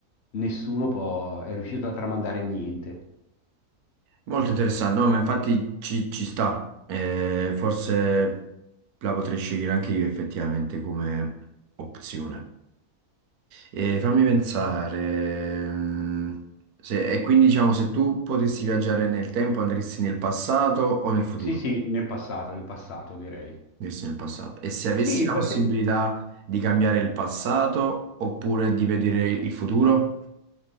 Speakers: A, on the left (about 55°); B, on the right (about 75°).
A: nessuno può, è riuscito a tramandare niente.
B: Molto interessante, no, ma infatti ci, ci sta. Eh, forse la potrei scegliere anche io effettivamente come opzione. E fammi pensare, mm, se- e quindi diciamo se tu potessi viaggiare nel tempo andresti nel passato o nel futuro?
A: Sì, sì, nel passato, nel passato direi.
B: Verso nel passato. E se avessi
A: Sì,
B: la
A: perché...
B: possibilità di cambiare il passato oppure di vedere il futuro?